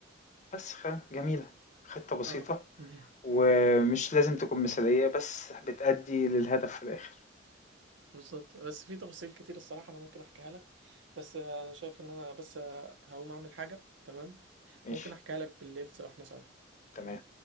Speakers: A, on the left (about 35°); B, on the right (about 65°).
A: بس خ- جميلة خطة بسيطة
B: اه مية.
A: ومش لازم تكون مثالية بس بتأدي للهدف في الآخر
B: بالظبط بس في تفاصيل كتير الصراحة أنا ممكن أحكيها لك بس آه، أنا شايف إن أنا بس آه، هقوم أعمل حاجة تمام
A: ماشي
B: ممكن أحكيها لك بالليل سوا إحنا سوا
A: تمام